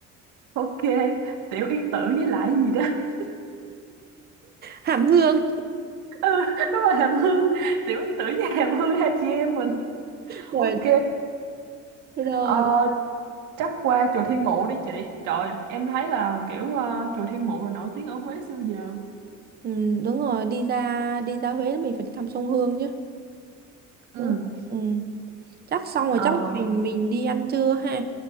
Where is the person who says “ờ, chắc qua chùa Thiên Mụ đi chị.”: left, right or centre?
Right